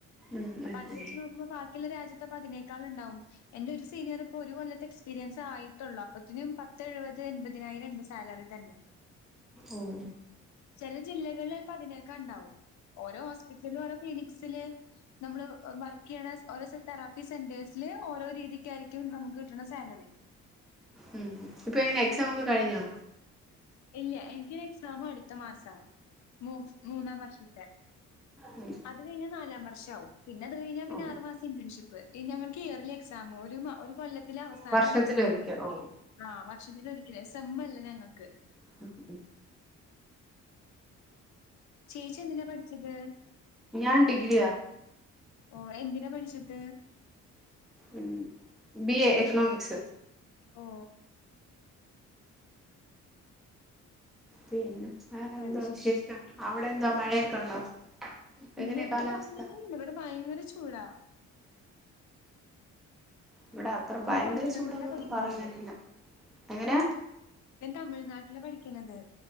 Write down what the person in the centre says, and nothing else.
ഉം
ഉം
ഉം
ഉം
ഉം ഇപ്പൊ എങ്ങനെ എക്സാം ക്കെ കഴിഞ്ഞോ?
മം
ഓ
വർഷത്തിലൊരിക്ക
ഓ
<inaudible>
ഞാൻ ഡിഗ്രിയാ
ഉം ബി എ ഇക്കണോമിക്സ്
പിന്നെ വേറെന്തോ
വിശേഷം അവിടെ എന്തോ മഴയൊക്കെ ഉണ്ടോ.
എങ്ങനെയാ
കാലാവസ്ഥ
ഇവിടെ അത്ര ഭയങ്കര
ചൂടൊന്നൊന്നും
പറയാനില്ല എങ്ങനാ